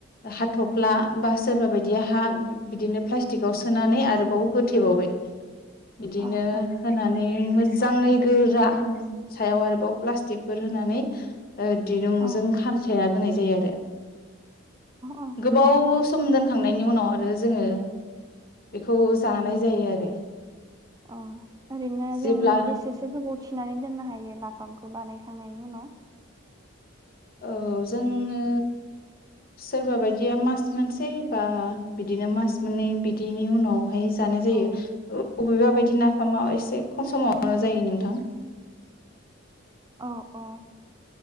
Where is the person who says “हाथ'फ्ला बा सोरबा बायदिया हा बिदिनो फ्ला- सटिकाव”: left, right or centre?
Left